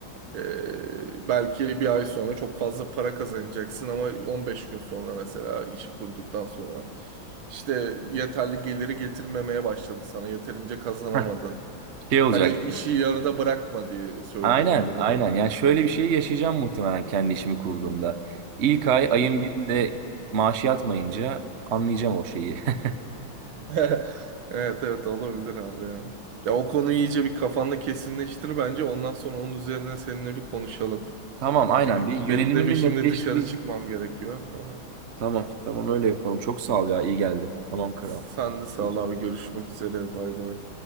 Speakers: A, on the right; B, on the right.
A: Ee, belki bir ay sonra çok fazla para kazanacaksın ama 15 gün sonra mesela işi kurduktan sonra işte yeterli geliri getirmemeye başladı sana yeterince kazanamadın.
B: <laughs> Heh, şey olacak.
A: Hani işi yarıda bırakma diye söylüyorum
B: Aynen,
A: bunu.
B: aynen. Yani şöyle bir şey yaşayacağım muhtemelen kendi işimi kurduğumda. İlk ay ayın
A: Hı hı.
B: birinde maaşı yatmayınca anlayacağım o şeyi. <laughs>
A: <laughs> Evet evet olabilir abi ya. Ya o konuyu iyice bir kafanda kesinleştir bence. Ondan sonra onun üzerine seninle bir konuşalım.
B: Tamam, aynen.
A: Çünkü
B: Bir
A: benim
B: yönelimimi
A: de bir şimdi
B: netleştireyim.
A: dışarı çıkmam gerekiyor. Aha.
B: Tamam, tamam öyle yapalım. Çok sağ ol ya, iyi geldi. Tamam kral.
A: Sen de sağ
B: Evet.
A: ol abi. Görüşmek üzere. Bay bay.